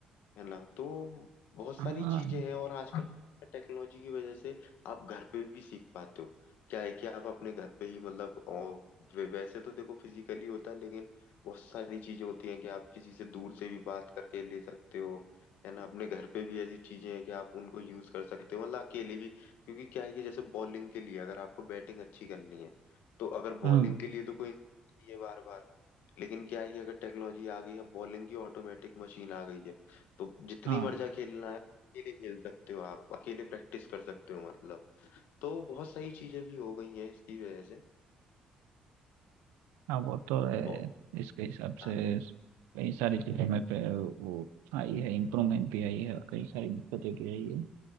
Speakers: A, on the left; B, on the right.
A: है ना तो बहुत
B: हाँ
A: सारी चीजें हैं और आजकल टेक्नोलॉजी की वजह से आप घर पे भी सीख पाते हो क्या है कि आप अपने घर पे ही मतलब अ, वे- वैसे तो देखो फिजिकली होता है लेकिन बहुत सारी चीजें होती हैं कि आप किसी से दूर से भी बात करके ले सकते हो है ना अपने घर पे भी ऐसी चीजें हैं कि आप उनको यूज कर सकते हो मतलब अकेले भी क्योंकि क्या है कि जैसे बॉलिंग के लिए अगर आपको बैटिंग अच्छी करनी है तो अगर बॉलिंग
B: हम्म,
A: के लिए तो कोई चाहिए बार बार लेकिन क्या है कि अगर टेक्नोलॉजी आ गई है बॉलिंग की ऑटोमेटिक मशीन आ गई है तो जितनी
B: हाँ
A: मर्जा खेलना है अकेले खेल सकते हो आप अकेले प्रैक्टिस कर सकते हो मतलब तो बहुत सारी चीजें भी हो गई हैं इसकी वजह से
B: हाँ वो तो है
A: और
B: इसके हिसाब
A: हाँ,
B: से कई सारी चीजों में पे वो आई है इम्प्रूवमेंट भी आई है और कई सारी दिक्कतें भी आई है